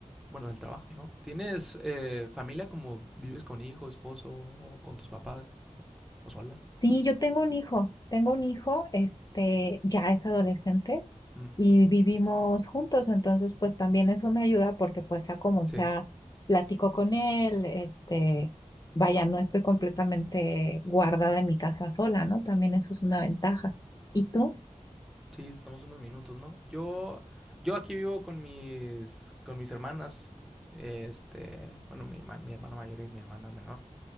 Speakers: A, in the centre; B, on the left.
A: bueno, del trabajo, ¿no? ¿Tienes eh, familia como vives con hijo, esposo, o con tus papás, o sola?
B: Sí, yo tengo un hijo, tengo un hijo, este, ya es adolescente
A: Mm,
B: y vivimos juntos, entonces pues también eso me ayuda porque pues sea como
A: sí,
B: sea, platico con él, este, vaya, no estoy completamente guardada en mi casa sola, ¿no? También eso es una ventaja. ¿Y tú?
A: sí, estamos unos minutos, ¿no? Yo, yo aquí vivo con mis, con mis hermanas. Este, bueno, mi, ma- mi hermano mayor y mi hermana menor.